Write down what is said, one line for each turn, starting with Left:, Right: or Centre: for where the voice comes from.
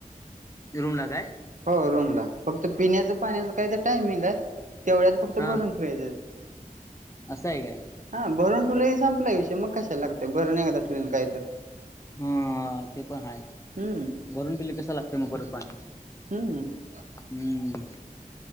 Left: रूमला काय?
Right: हो रूमला, फक्त पिण्याचं पाण्याच काही तर टाईमिंग हाय. तेवढ्यात फक्त
Left: हा
Right: भरून ठेवायचं.
Left: असं आहे काय
Right: हा भरून तुलाही संपलाय विषय मग कशाला लागतय भरून एकदा ठुलेल काय तर
Left: हा ते पण आहे,
Right: हम्म
Left: भरून ठेवली कशाला लागतंय मग परत पाणी
Right: हम्म हम्म
Left: हम्म,